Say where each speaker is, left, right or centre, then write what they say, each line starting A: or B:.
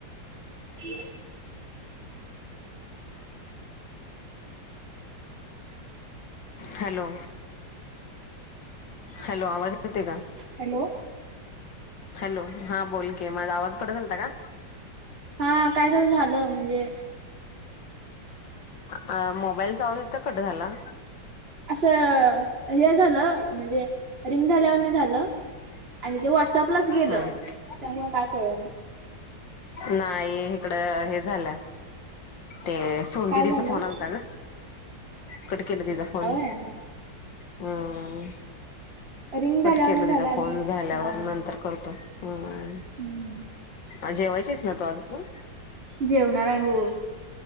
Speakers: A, on the right; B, on the left.
A: <unintelligible>
B: हॅलो, हॅलो आवाज ये येते का?
A: हॅलो
B: हॅलो, हा बोल की माझा आवाज कट झालत का?
A: हा काय तरी झालं म्हणजे
B: अ मोबाईल आवाज होता कट झाला.
A: असं हे झालं म्हणजे रिंग झाल्यावाणी झालं. आणि ते वॉट्सअपलाच गेलं,
B: हम्म
A: त्यामुळं काय कळलं नाही.
B: नाही हिकडं हे झालं ते सोनु
A: काय
B: दीदीचा
A: झालं
B: फोन आला होता गं, कट केलं तिचा फोन.
A: हॅलो.
B: हं,
A: रिंग
B: कट
A: झाल्यावानी
B: केलं तिचं
A: झालं आणि
B: फोन झाल्यावर
A: हा
B: नंतर करतो. हं,
A: हम्म
B: आणि जेवायची हायस? नाही तो अजून
A: जेवणार आहे हो